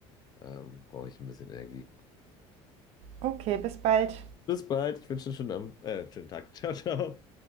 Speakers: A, on the left; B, on the right.
A: ähm, brauche ich ein bisschen Energie.
B: Okay, bis bald.
A: Bis bald. Ich wünsche dir einen schönen, Abend- äh, schönen Tag. Ciao, ciao.